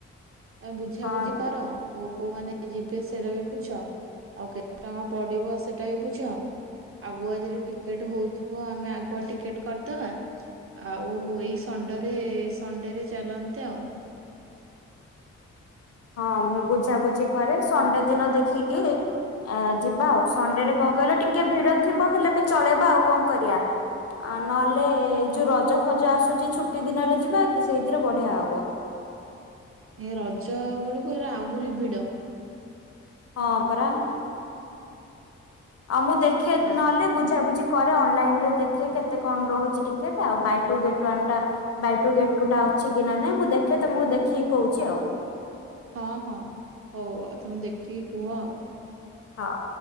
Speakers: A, on the right; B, on the left.
A: ଆ ବୁଝାବୁଝି
B: ହଁ
A: କର କୋଉ କୋଉ ମାନେ ଯିବେ ସେଟା ବି ବୁଝ ଆଉ କେତେ ଟଙ୍କା ପଡିବ ସେଟା ବି ବୁଝ ଆଗୁଆ ଯଦି ଟିକେଟ ହଉଥିବ ଆମେ ଆଗୁଆ ଟିକେଟ କରିଦବା ଆଉ ଏଇ ସଣ୍ଡେରେ ସଣ୍ଡେରେ ଚାଲନ୍ତେ ଆଉ
B: ହଁ ମୁଁ ବୁଝାାବୁଝି କରେ ସଣ୍ଡେ ଦିନ ଦେଖିକି ଆ ଯିବା ଆଉ ସଣ୍ଡେରେ କଣ କହିଲ ଟିକେ ଭିଡ ଥିବ ହେଲେ ବି ଚଳେଇବା ଆଉ କଣ କରିବା ଆ ନହେଲେ ଏଇ
A: ହଁ
B: ଯୋଉ ରଜ ଫଜ ଆସୁଛି ଛୁଟି ଦିନରେ ଯିବା କି ସେଇଥିରେ ବଢିଆ ହବ
A: ଏ ରଜ ବେଳକୁ ଏ ଆହୁରି ଭିଡ
B: ହଁ ପରା ଆଉ ମୁଁ ଦେଖେ
A: ର
B: ନହେଲେ ବୁଝାବୁଝି କରେ ଅନଲାଇନ ରେ ଦେଖେ କେତେ କଣ ରହୁଛି ଟିକେଟ ଆଉ ବାଇ ଟୁ ଗେଟ୍ ଓ୍ୟନ୍ ଟା ବାଇ ଟୁ ଗେଟ ଟୁ ଟା ଅଛି କି ନା ନାଇଁ ମୁଁ ଦେଖେ ତମକୁ ଦେଖିକି କହୁଛି ଆଉ
A: ହଁ ହଁ ହଉ ଆଉ ତମେ ଦେଖିକି କୁହ ଆଉ
B: ହଉ।